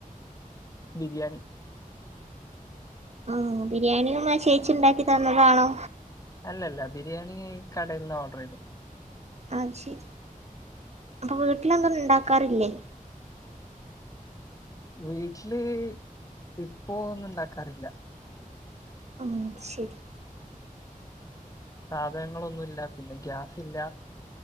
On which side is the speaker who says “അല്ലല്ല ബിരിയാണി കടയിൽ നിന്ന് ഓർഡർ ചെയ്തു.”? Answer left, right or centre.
Left